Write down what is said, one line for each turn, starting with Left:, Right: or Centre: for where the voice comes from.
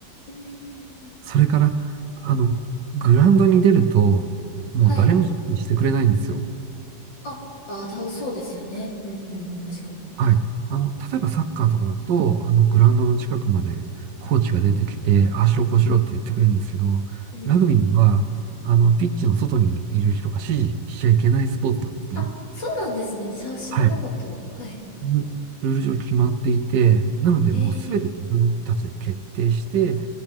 Left: うん、
Right: それから、あの、グラウンドに出ると、もう誰も指示してくれないんですよ。
Left: はい。あ、あ、だ、そうですよね。うんうん、確かに。
Right: はい。あの、例えばサッカーとかだと、あの、グラウンドの近くまでコーチが出てきて、ああしろこうしろって言ってくれるんですけど、
Left: うん。
Right: ラグビーは、あの、ピッチの外にいる人が指示しちゃいけないスポーツなんですね。
Left: あ、そうなんですね。しゃ、知らなかった。
Right: はい。
Left: はい。
Right: うんルール上決まっていて、なのでもうすべて自分たちで決定して、
Left: へえ、